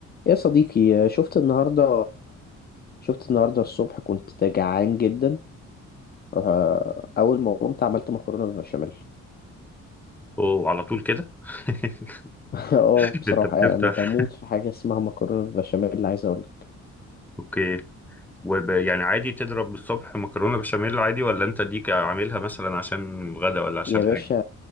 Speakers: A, on the left; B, in the centre.
A: يا صديقي شفت النهاردة شفت النهاردة الصبح كنت جعان جدا آه، أول ما قمت عملت مكرونة بالبشاميل
B: اوه على طول كده <laughs>
A: <laughs> اه بصراحة
B: انت بتفتح
A: يعني أنا بموت في حاجة اسمها مكرونة بالبشاميل عايز أقولك
B: اوكي وب... يعني عادي تضرب الصبح مكرونه بشاميل عادي ولا انت ديك عاملها مثلا عشان غدا ولا عشان
A: يا باشا
B: حاجه